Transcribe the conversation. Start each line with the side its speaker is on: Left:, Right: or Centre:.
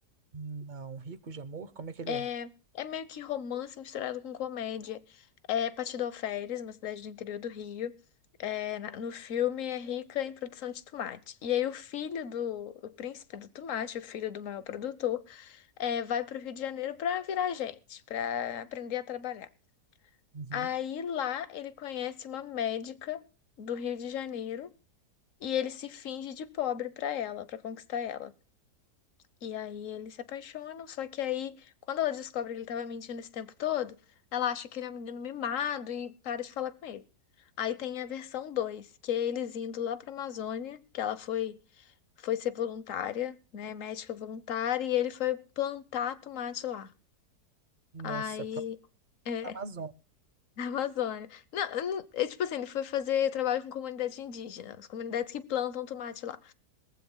Right: Não, Rico de Amor, como é que ele
Left: É,
Right: é?
Left: é meio que romance misturado com comédia. É Patidoféries, uma cidade do interior do Rio. É, na- no filme é rica em produção de tomate. E aí o filho do, o príncipe do tomate, o filho do maior produtor, é, vai para o Rio de Janeiro para virar gente, para aprender a trabalhar.
Right: Uhum.
Left: Aí lá ele conhece uma médica do Rio de Janeiro e ele se finge de pobre para ela, para conquistar ela. E aí eles se apaixonam, só que aí quando ela descobre que ele estava mentindo esse tempo todo, ela acha que ele é um menino mimado e para de falar com ele. Aí tem a versão 2 que é eles indo lá para Amazônia, que ela foi foi ser voluntária, né, médica voluntária, e ele foi plantar tomate lá.
Right: Nossa,
Left: Aí,
Right: Planeta
Left: é,
Right: Amazônia.
Left: <laughs> na Amazônia. Não, não- é, tipo assim, ele foi fazer trabalho com comunidade indígena, as comunidades que plantam tomate lá.